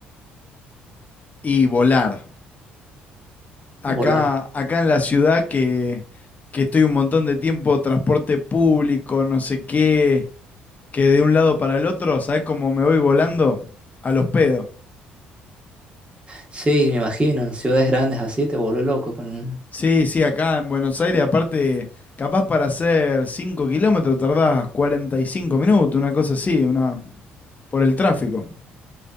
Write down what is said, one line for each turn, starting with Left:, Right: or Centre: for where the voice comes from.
Left: Y volar. Acá,
Right: Volar.
Left: acá en la ciudad que, que estoy un montón de tiempo, transporte público, no sé qué, que de un lado para el otro, ¿sabés cómo me voy volando? A los pedos.
Right: Sí, me imagino, en ciudades grandes así te vuelve loco con...
Left: Sí, sí, acá en Buenos Aires, aparte, capaz para hacer 5 kilómetros tardás 45 minutos, una cosa así, una, por el tráfico.